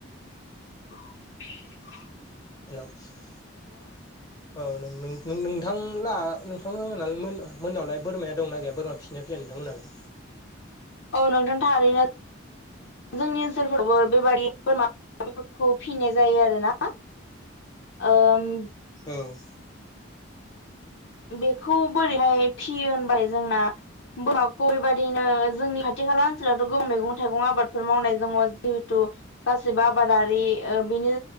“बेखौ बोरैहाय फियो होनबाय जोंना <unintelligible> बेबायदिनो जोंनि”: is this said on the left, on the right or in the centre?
Left